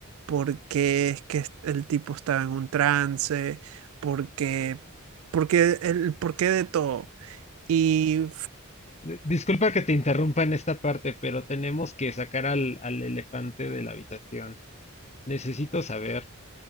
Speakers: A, on the right; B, on the left.
A: por qué es que el tipo estaba en un trance, por qué, por qué, el por qué de todo. Y...
B: D- Disculpa que te interrumpa en esta parte, pero tenemos que sacar al, al elefante de la habitación. Necesito saber.